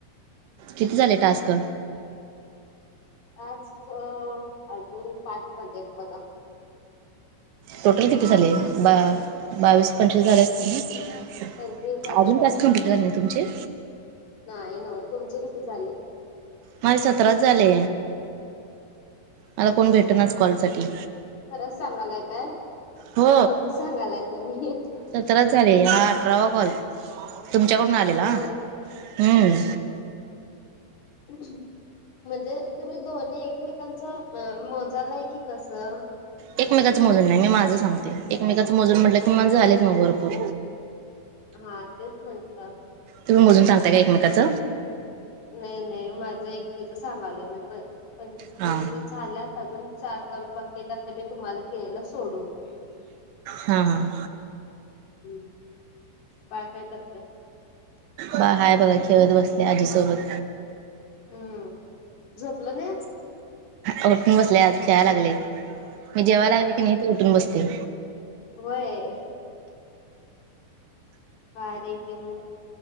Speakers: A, on the right; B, on the left.
A: किती झाले टास्क?
B: आज अ अजून पाच पडलेत बगा.
A: टोटल किती झाले? ब बावीस पंचवीस झाले असतील ना?
B: पंचवीस झाले
A: आजून
B: की.
A: पाच कंप्लीट झाले ना तुमचे?
B: नाही ना ओ. तुमचे किती झाले?
A: माझे सतराच झाले. मला कोण भेट नाच कॉलसाठी.
B: खरंच सांगालाय काय?
A: हो
B: का खोट सांगालाय तुम्ही?
A: सतराच झाले हा आठरावा कॉल तुमच्याकडून आलेला हां
B: होय
A: हम्म.
B: अ अहम. म्हणजे तुम्ही दोन्ही एकमेकांच्या अ मोजालाय की कसं?
A: एकमेकाचं मोजून नाही मी माझं सांगते एकमेकाचं मोजून म्हटलं की माझं झालेत ना ओ भरपूर.
B: हां तेच म्हंटल.
A: तुम्ही मोजून सांगता का एकमेकांच?
B: नाही नाही माझं एकटीच सांगायलो मी प पंचवीस.
A: हां
B: झाल्यात अजून चार कॉल बाकीयेत. तर मी तुम्हाला केलेला सोडून.
A: हां हां
B: हम्म बाळ काय करतंय?
A: बाळ हाय बघा खेळत बसलंय आजीसोबत.
B: हम्म. झोपलं नाही आज?
A: उठून बसलंय आज खेळाय लागले मी जेवाय लागले की नई तो उठून बसते.
B: वय, भारी आय कि म.